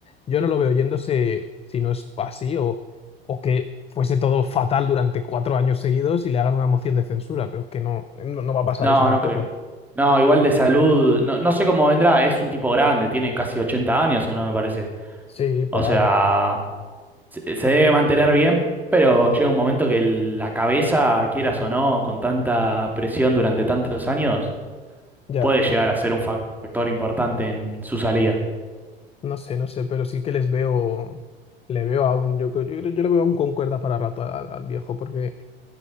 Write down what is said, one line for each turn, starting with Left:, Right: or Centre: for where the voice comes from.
Left: yo no lo veo yéndose si no es así o, o que fuese todo fatal durante cuatro años seguidos y le hagan una moción de censura, pero es que no, no, no va a pasar
Centre: No,
Left: eso tampoco.
Centre: no creo. No,
Left: Claro.
Centre: igual de salud, no, no sé cómo vendrá, es un tipo grande, tiene casi 80 años o no, me parece.
Left: Sí, por
Centre: O sea,
Left: ahí.
Centre: se, se debe mantener bien, pero llega un momento que el- la cabeza, quieras o no, con tanta presión durante tantos años,
Left: Ya,
Centre: puede llegar a ser un factor importante en su salida.
Left: no sé, no sé, pero sí que les veo, le veo a un, yo, creo- yo, creo- yo le veo aún con cuerda para rato al, al viejo, porque...